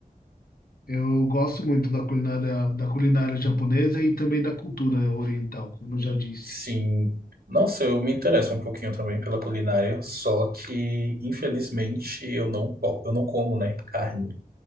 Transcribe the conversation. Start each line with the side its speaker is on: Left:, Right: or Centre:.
Left: Eu gosto muito da culinária, da culinária japonesa e também da cultura oriental, como eu já disse.
Right: Sim. Nossa, eu me interesso um pouquinho também pela culinária, só que infelizmente eu não, po- eu não como, né, carne.